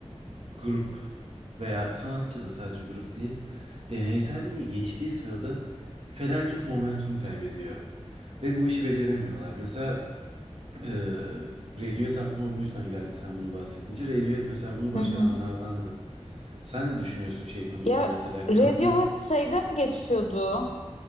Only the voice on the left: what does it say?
Hı hı.
Ya
Radiohead şeyde mi geçiyordu?